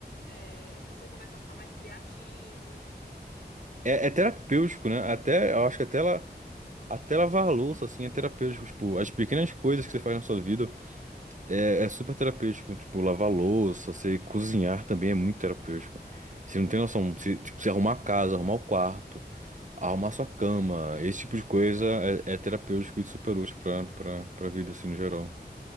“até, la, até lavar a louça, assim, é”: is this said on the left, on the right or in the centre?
Right